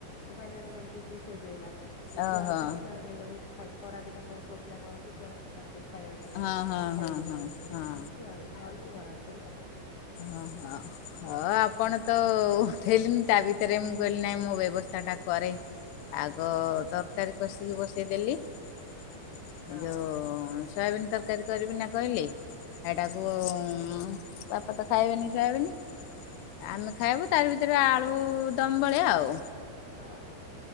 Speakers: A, on the left; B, on the left.
A: କି ବାରିଆଡେ ଗଲେ ଟିକେ ଶୋଇ ପଇଲା। ଏ
B: ଓହୋ
A: ଛୁଆ ଅଛନ୍ତି ସିଆଡେ ନେଇଗଲେ ଖାଇ ଖରା ଦିନେ ପ୍ରାୟ ପୁଅ ପିଲା ପଳାନ୍ତି ସିଆ ସେ ତାଙ୍କ ପାଇଁ ଖାଇଆ <unintelligible> ଗଲେ
B: ହଁ
A: ଖାଇଲେ,
B: ହଁ ହଁ ହଁ ହଁ
A: ସେମିତି ଆଉ ନହଲେ ଏଇ ଘର ଭିତରେ ସମତେ
B: ଓ ହଁ ହଁ ଆପଣ ତ ଉଠେଇଲେନି ତା ଭିତ ତରେ ମୁଁ କହିଲି ନାଇଁ ମୁଁ ବ୍ୟବସ୍ଥା ଟା କରେ ଆଗ ତରକାରୀ କଷିକି ବସେଇଦେଲି ଏ
A: ହଁ
B: ଯୋଉ ସୋୟାବିିନ ତରକାରୀ କରିବି ନା କହିଲି ସେଟାକୁ
A: ହୁଁ ହୁଁ
B: ଉଁ କ ତ ଖାଇବେନି ଶୁଆବେନି ଆମେ ଖାଇବୁ ତାର ଭିତରେ ଆଳୁ ଦମ ଭଳିଆ ଆଉ
A: ହଁ ହଁ।